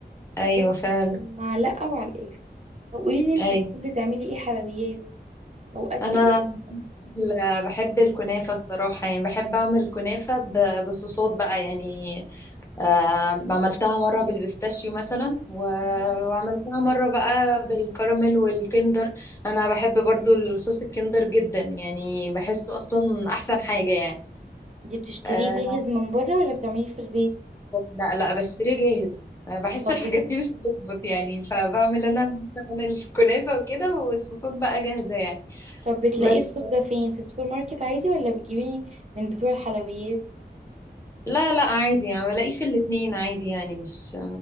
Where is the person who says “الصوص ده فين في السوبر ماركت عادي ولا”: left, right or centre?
Right